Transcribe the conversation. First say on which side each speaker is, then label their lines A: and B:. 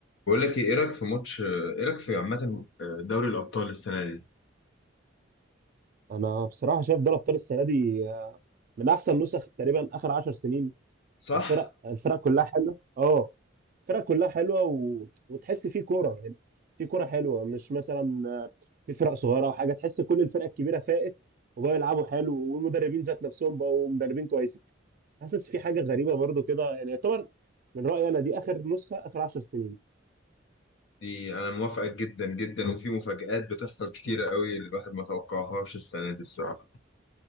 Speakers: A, on the left; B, on the right.
A: بقول لك ايه إيه رايك في ماتش ايه رايك في عامه آه، دوري الابطال السنه دي
B: انا بصراحه شايف دوري ابطال السنه دي آه، من احسن نسخ تقريبا اخر عشر سنين
A: صح
B: الفرق الفرق كلها حلوه اه الفرق كلها حلوه و... وتحس في كوره يعني في كوره حلوه مش مثلا آه، في فرق صغيره او حاجه تحس كل الفرق الكبيره فائت وبقوا يلعبوا حلو والمدربين ذات نفسهم بقوا مدربين كويسين حاسس في حاجه غريبه برضو كده يعني يعتبر من رايي انا دي اخر نسخه اخر 10 سنين
A: دي انا موافقك جدا جدا وفي مفاجآت بتحصل كتيره قوي الواحد ما توقعهاش السنه دي الصراحه